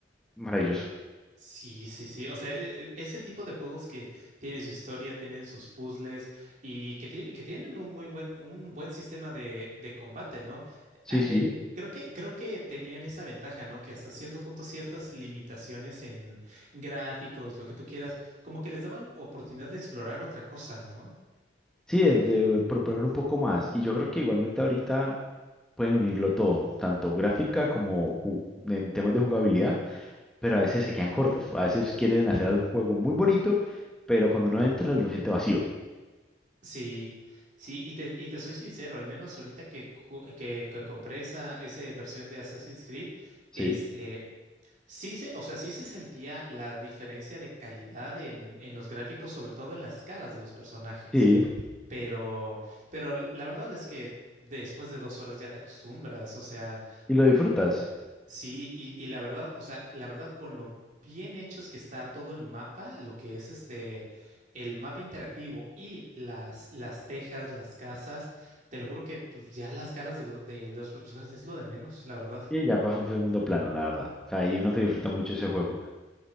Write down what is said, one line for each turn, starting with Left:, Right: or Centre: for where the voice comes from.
Centre: maravilloso.
Right: Sí, sí, sí. O sea, e- e- ese tipo de juegos que tienen su historia, tienen sus puzzles y que, tiene- que tienen un muy buen, un buen sistema de, de combate, ¿no?
Centre: Sí,
Right: A-
Centre: sí.
Right: eh, creo que, creo que tenían esa ventaja, ¿no? Que hasta cierto punto ciertas limitaciones en gráficos, lo que tú quieras, como que les daban oportunidad de explorar otra cosa, ¿no?
Centre: Sí, de, de proponer un poco más. Y yo creo que igualmente ahorita pueden unirlo todo, tanto gráfica como ju- en temas de jugabilidad, pero a veces se quedan cortos. A veces quieren hacer algún juego muy bonito, pero cuando uno entra lo siente vacío.
Right: Sí, sí, y te, y te soy sincero, al menos ahorita que, ju- que, que compré esa, esa versión de Assassin's Creed.
Centre: Sí.
Right: Este, Sí se, o sea, sí se sentía la diferencia de calidad en, en los gráficos, sobre todo en las caras de los personajes.
Centre: Sí,
Right: Pero, pero la verdad es que después de dos horas ya te acostumbras. O sea,
Centre: y lo disfrutas.
Right: sí, y, y la verdad, o sea, la verdad, con lo bien hechos que está todo el mapa, lo que es este, el mapa interactivo y las, las tejas, las casas, te lo juro que pues, ya las caras de, lo- de los personajes es lo de menos, la verdad.
Centre: Y ya pasó a un segundo plano, la verdad. O sea, ahí uno se disfruta mucho ese juego.